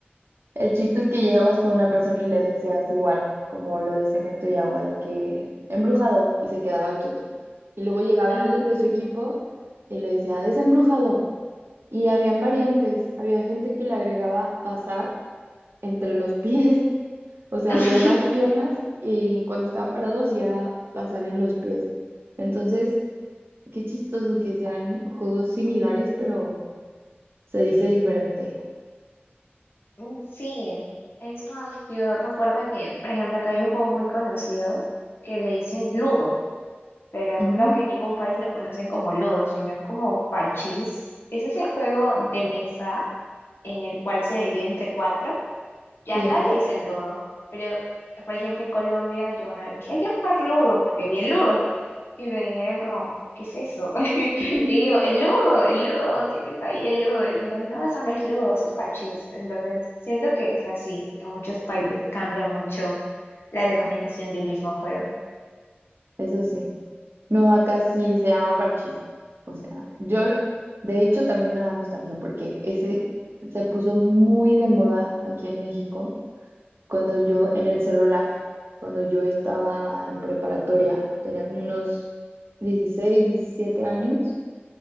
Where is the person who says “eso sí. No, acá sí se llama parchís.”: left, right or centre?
Right